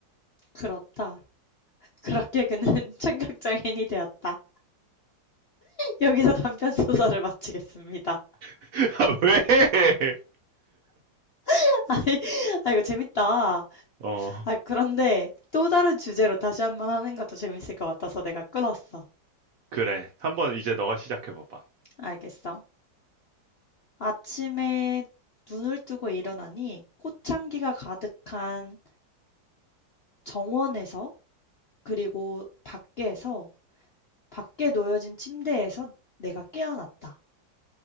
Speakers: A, on the left; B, on the right.
A: 그렇다. 그렇게 그는 <laughs> 청각장애인이 되었다. 여기서 단편 소설을 마치겠습니다.
B: <laughs> 왜?
A: <laughs> 아니, 아, 이거 재밌다.
B: 어,
A: 아, 그런데 또 다른 주제로 다시 한 번 하는 것도 재밌을 것 같아서 내가 끊었어.
B: 그래. 한번 이제 너가 시작해봐봐.
A: 알겠어. 아침에 눈을 뜨고 일어나니 꽃향기가 가득한 정원에서 그리고 밖에서 밖에 놓여진 침대에서 내가 깨어났다.